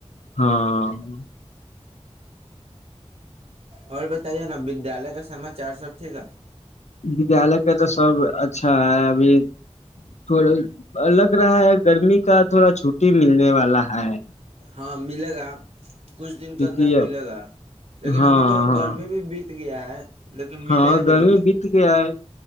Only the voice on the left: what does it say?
ہاں <unintelligible>
ودیالیہ کا تو سب اچھا ہے ابھی تھوڑا الگ رہا ہے گرمی کا تھوڑا چھٹی ملنے والا ہے <unintelligible>
کیونکہ
ہاں
ہاں
ہاں
گرمی بیت گ ہے